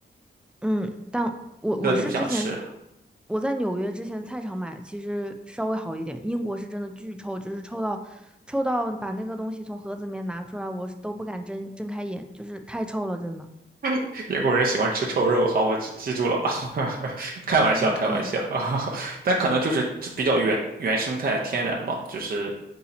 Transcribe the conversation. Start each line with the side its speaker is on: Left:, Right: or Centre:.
Centre: 嗯，但我我是之前
Right: 吃了就不想吃。
Centre: 我在纽约之前菜场买，其实稍微好一点。英国是真的巨臭，就是臭到臭到把那个东西从盒子里面拿出来，我是都不敢睁睁开眼，就是太臭了，真的。
Right: <laughs> 英国人喜欢吃臭肉，好，我记记住了，<laughs> 开玩笑，
Centre: 巨臭。
Right: 开玩笑，<laughs> 但可能就是比较原原生态天然吧，就是。